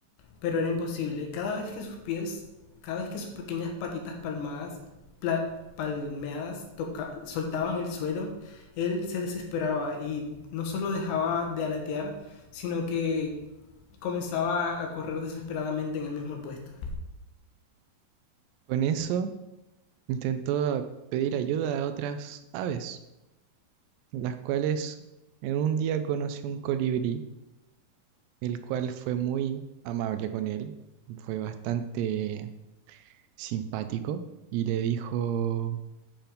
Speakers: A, on the left (about 80°); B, on the right (about 80°).
A: pero era imposible. Cada vez que sus pies, cada vez que sus pequeñas patitas palmadas, pla, palmeadas, toca, soltaban el suelo, él se desesperaba y no solo dejaba de alatear, sino que comenzaba a correr desesperadamente en el mismo puesto.
B: Con eso intentó pedir ayuda a otras aves las cuales en un día conoció un colibrí, el cual fue muy amable con él, fue bastante simpático y le dijo